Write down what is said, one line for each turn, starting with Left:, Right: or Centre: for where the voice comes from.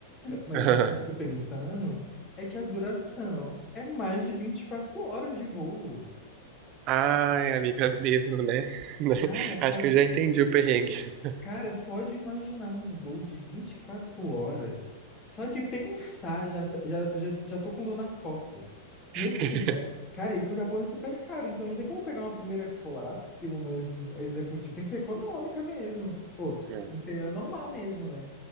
Left: Mas
Right: <laughs>
Left: a gente
Right: ah.
Left: fica pensando é que a duração é mais de 24 horas de voo.
Right: Ai, amiga, mesmo, né? <laughs>
Left: Cara, só
Right: Acho que
Left: de.
Right: eu já entendi o perrengue.
Left: Cara, só de imaginar um voo de 24 horas, só de pensar, já, tá- já, já, já tô com dor nas costas. E
Right: <laughs>
Left: assim, né, cara, ir pro Japão é super caro, então não tem como pegar uma primeira classe, uma ex- executiva, tem que ser econômica mesmo. Ou
Right: É.
Left: tem que ser a normal mesmo, né?